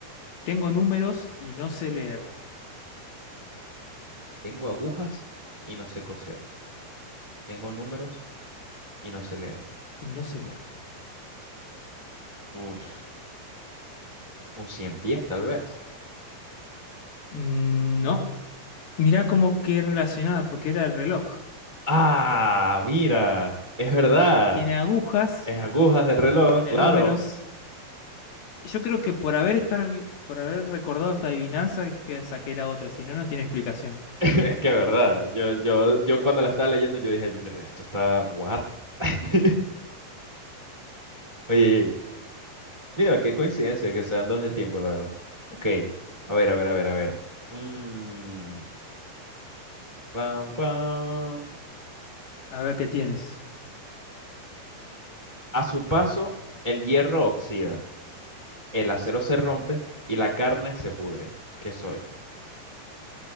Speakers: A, on the left; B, on the right.
A: tengo números y no sé leer.
B: tengo agujas y no sé coser. Tengo números y no sé leer.
A: Y no sé leer.
B: Uf, un cien pies, tal vez.
A: Mm, No, mira como que relacionada, porque era el reloj.
B: Ah, mira, es verdad.
A: Tiene agujas
B: Es agujas del reloj,
A: Y de
B: claro.
A: números,
B: <laughs>
A: yo creo que por haber estar, por haber recordado esta adivinanza es que saqué la otra, si no, no tiene explicación.
B: Es que es verdad. Yo, yo, yo cuando la estaba leyendo, yo dije, "No, esto está, what? <laughs> Oye, mira, qué coincidencia que sean dos de tiempo, la verdad. Ok, a ver, a ver, a ver, a ver. Mm, pam, pam.
A: A ver qué tienes.
B: A su paso, el hierro oxida, el acero se rompe y la carne se pudre. ¿Qué soy?